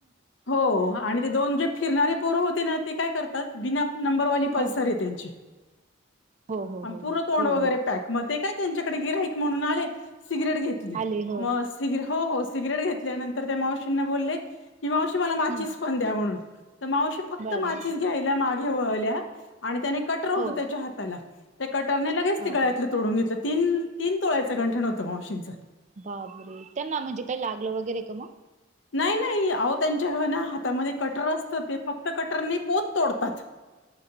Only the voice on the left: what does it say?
हो आणि ते दोन जे फिरणारे पोर होते ना ते काय करतात बिना नंबरवाली पल्सर
आहे त्यांची
आणि
पूर्ण
तोंड
वगैरे
पॅक म ते काय त्यांच्याकडे गिऱ्हाईक म्हणून आले. सिगरेट घेतली
म स हो हो सिगरेट घेत ल्यानंतर त्या मावशींना बोलले की मावशी मला माचीच
पण द्या म्हणून तर मावशी फक्त
माचीच घ्याय त्या मागे वळल्या आणि त्याने कटर होत
त्याच्या हाताला त्या कटरने लगेच
त गळ्यात तोडून घेतलं तीन तीन तोळ्याचं गंठण होतं मावशींच
नाही, नाही आओ त्यांच्या घ ना हातामध्ये कटर असतं ते फक्त कटरनी पोत तोडतात.